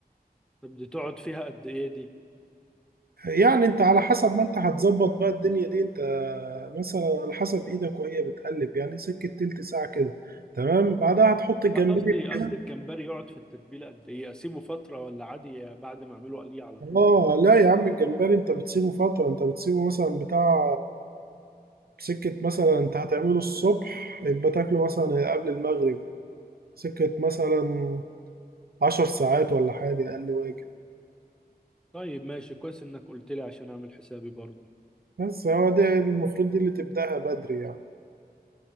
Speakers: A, in the centre; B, on the right.
A: طب دي تقعد فيها قد ايه دي
B: يعني انت على حسب ما انت هتظبط بقى الدنيا دي انت مثلا على حسب ايدك وهي بتقلب يعني سكة تلت ساعة كده تمام بعدها هتحط الجمبري
A: لا قصدي قصدي
B: فيها
A: الجمبري يقعد في التتبيله قد ايه اسيبه فتره ولا عادي بعد ما اعمله قليه على طول
B: اه لا يا عم الجمبري انت بتسيبه فترة انت بتسيبه مثلا بتاع سكة مثلا انت هتعمله الصبح يبقى تاكله مثلا قبل المغرب سكة مثلا عشر ساعات ولا حاجة اقل واجب
A: طيب ماشي كويس انك قلت لي عشان اعمل حسابي برضو
B: بس هو ده المفروض دي اللي تبدأها بدري يعني